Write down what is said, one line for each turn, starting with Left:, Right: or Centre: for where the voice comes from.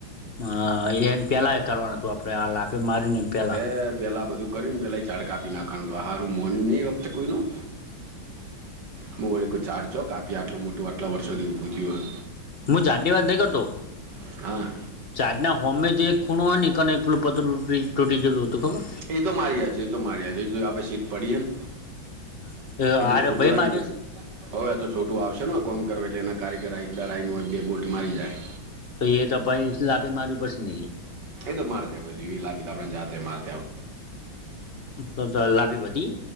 Left: હ, એને પેલા એ કરવાનું હતું, આપડે હાલ આપે મારીને પેલાં.
Right: પેલા બધું કર્યું ને, પેલા ડ કાપી નાખ, તો હારું મોન્યું નને, એ વખતે કોઈનું. હું વળી કોઈ ચાડ ચો કાપી, આટલું મોટું આટલા વર્ષો થું હો.
Left: હું જાદીવાદ નઈ કરતો.
Right: હોય હા
Left: ચાજ ના હોમે જે એક ખૂણો હોય કને, એક પેલો પતર તૂટી ગયલું હતું ખબર.
Right: એતો માર્યા છે, એતો માર્યા છે, એ આપડે સીટ પડીએ ને.
Left: ખબર
Right: એ તો
Left: આરે
Right: છોટુંડા
Left: ભાઈ માર્યો
Right: કયું. હવે આ તો છોટું આવશે ને, કોમ કરવ, એટલે એના કારીગર એક દડાઈ નું હોય, બે બોલ્ટ મારી જાય.
Left: તો એ તપાઈ આપે માર્યું પડશે ને એલે.
Right: તો મારે લી આપ જા માર
Left: તો લાભે ભધ